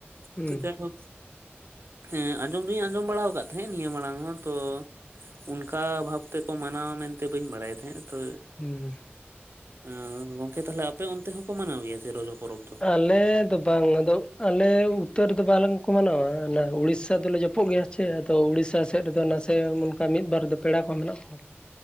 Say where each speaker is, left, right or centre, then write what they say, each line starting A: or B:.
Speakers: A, on the left; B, on the right.
A: ᱦᱩᱸ
B: ᱛᱚ ᱡᱟᱭᱦᱳᱠ ᱦᱮᱸ ᱟᱸᱡᱚᱢ ᱫᱩᱧ ᱟᱸᱡᱚᱢ ᱵᱟᱲᱟ ᱟᱠᱟᱫ ᱛᱟᱦᱮᱸᱫ ᱱᱤᱭᱟᱹ ᱢᱟᱲᱟᱝ ᱦᱚᱸ ᱛᱚ ᱚᱱᱠᱟ ᱵᱷᱟᱵ ᱛᱮ ᱠᱚ ᱢᱟᱱᱟᱣᱟ ᱢᱮᱱᱛᱮ ᱵᱟᱹᱧ ᱵᱟᱲᱟᱭ ᱛᱟᱦᱮᱸᱫ ᱟ᱾ ᱛᱳ
A: ᱦᱩᱸ
B: ᱟᱸ ᱜᱚᱝᱠᱮ ᱛᱟᱦᱚᱞᱮ ᱟᱯᱮ ᱚᱱᱛᱮ ᱦᱚᱸᱠᱚ ᱢᱟᱱᱟᱣ ᱜᱮᱭᱟ ᱡᱮ ᱨᱚᱡᱚ ᱯᱚᱨᱚᱵᱽ ᱫᱚ?
A: ᱟᱞᱮ ᱫᱚ ᱵᱟᱝ ᱟᱫᱚ ᱟᱞᱮ ᱩᱛᱛᱚᱨ ᱫᱚ ᱵᱟᱞᱟᱝ ᱠᱚ ᱢᱟᱱᱟᱣᱟ, ᱚᱱᱟ ᱩᱲᱤᱥᱥᱟ ᱫᱚᱞᱮ ᱡᱚᱯᱚᱜ ᱜᱮᱭᱟ ᱥᱮ ᱟᱫᱚ ᱩᱲᱤᱥᱥᱟ ᱥᱮᱫ ᱨᱮ ᱫᱚ ᱱᱟᱥᱮ ᱚᱱᱠᱟ ᱢᱤᱫ ᱵᱟᱨ ᱨᱮ ᱫᱚ ᱯᱮᱲᱟ ᱠᱚᱦᱚᱸ ᱢᱮᱱᱟᱜ ᱠᱚᱣᱟ᱾